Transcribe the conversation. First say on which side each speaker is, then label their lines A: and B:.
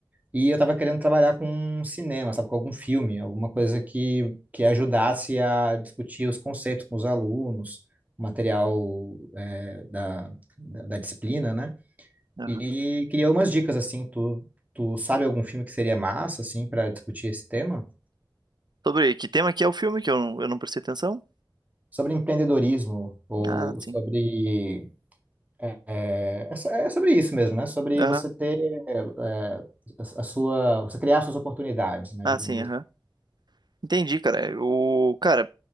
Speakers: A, on the right (about 20°); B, on the right (about 60°).
A: E eu tava querendo trabalhar com cinema, sabe, com algum filme, alguma coisa que, que ajudasse a discutir os conceitos com os alunos, o material, é, da, da da disciplina, né?
B: aham.
A: E queria umas dicas assim, tu, tu sabe algum filme que seria massa assim para discutir esse tema?
B: Sobre que tema que é o filme que eu não, eu não prestei atenção?
A: Sobre empreendedorismo ou
B: Ah, sim.
A: sobre é, é é so- é sobre isso mesmo, né? Sobre
B: Aham.
A: você ter é, a a sua, você criar suas oportunidades, né?
B: Ah,
A: Digamos
B: sim,
A: assim.
B: aham. Entendi, cara. O cara,